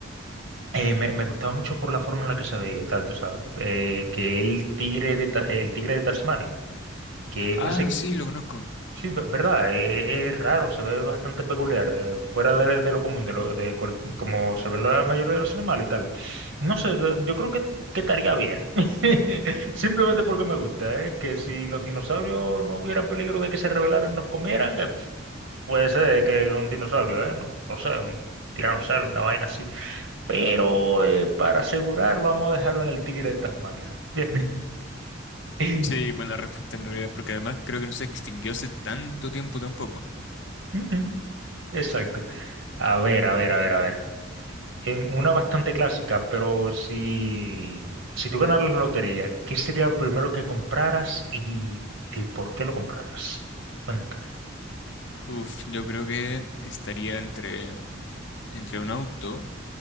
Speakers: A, on the right (about 80°); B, on the left (about 65°).
A: Eh, me, me gustaba mucho por la forma en la que se veía y tal, tú sabes. Eh, que el tigre de, Ta- el tigre de Tasmania, que es
B: Ah,
A: básicamente...
B: sí, lo conozco.
A: Sí, ve- verdad, eh, es raro, se ve bastante peculiar, eh, fuera de, de lo común, de, lo, de cual- como se ven la mayoría de los animales y tal. No sé, de- yo creo que, que estaría bien. <laughs> Simplemente porque me gusta, ¿eh? Que si los dinosaurios no hubieran peligro de que se rebelaran y nos comieran, eh, puede ser eh, que un dinosaurio, ¿eh? No, no sé, un tiranosaurio, una vaina pero eh, para asegurar, vamos a dejarlo en el Tigre de Tasmania. Bien. <laughs>
B: Sí, buena respuesta en realidad, porque además creo que no se extinguió hace tanto tiempo tampoco.
A: Ujú, Exacto. A ver, a ver, a ver, a ver. Em, una bastante clásica, pero si, si tú ganaras la lotería, ¿qué sería lo primero que compraras y el por qué lo compraras? Cuéntame.
B: Uf, yo creo que estaría entre, entre un auto